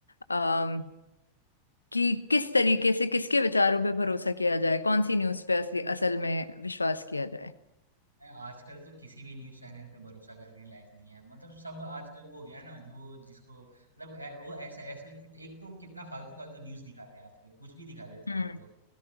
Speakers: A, on the left (about 80°); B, on the right (about 85°).
A: अ, कि किस तरीके से किसके विचारों पे भरोसा किया जाए कौन सी न्यूज़ पे असली असल में विश्वास किया जाए
B: है, आजकल तो किसी भी न्यूज़ चैनल पे भरोसा करने लायक नहीं है मतलब सब आजकल वो हो गया है ना जो जिसको मतलब ऐ- वो ऐसा ऐसा एक तो कितना फालतू फालतू न्यूज़ दिखाते हैं आजकल कुछ भी दिखा देते
A: हम्म
B: हैं एक तो